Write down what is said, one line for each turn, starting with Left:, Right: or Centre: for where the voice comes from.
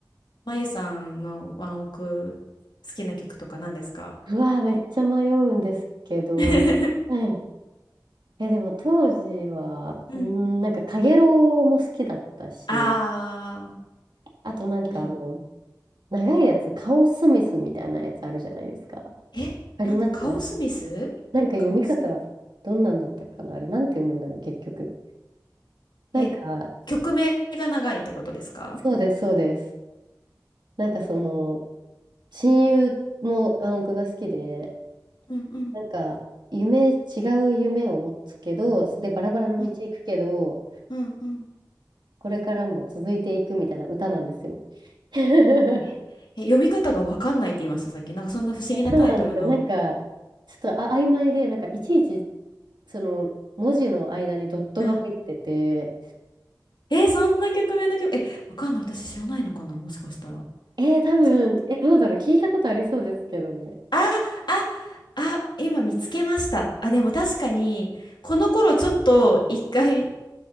Left: まゆさんのワンオク好きな曲とか何ですか
Right: うわー、めっちゃ迷うんですけど。
Left: <laughs>
Right: うんえ、でも当時は、
Left: うん
Right: うん、なんか、カゲロウも好きだったし、
Left: あ <laughs> あ
Right: あとなんかあの、
Left: ーいい
Right: 長いやつ、カオスミスみたいなやつあるじゃないですか。わ
Left: えなんでカオスミスカオスミ
Right: かりますなんかなんか読み方、どんなんだったかなあれ、なんて読むんだろう、結局。なんか、
Left: え、曲名が長いってことですか
Right: そうです、そうです。なんかその、親友も暗黙が好きで、
Left: うんうん
Right: なんか、夢、違う夢を持つけど、で、バラバラの道行くけど、
Left: うんうんうん
Right: これからも続いていくみたいな歌なんですよ。<laughs>
Left: え、え読み方がわかんないって言いました、さっき。なんかそんな不思議なタイトルの。
Right: そうなんですよ。なんか、ちょっとあ曖昧で、なんか、いちいち、その、文字の間にドットが入ってて、
Left: うんえそんな曲名の曲、え、わかんない。私知らないのかなもしかしたら。
Right: えー、多分、
Left: ちょっと、
Right: え、どうだろう、聞いたことありそうですけどね。
Left: あ、あ、あ、今見つけました。あ、でも確かに、この頃ちょっと一回、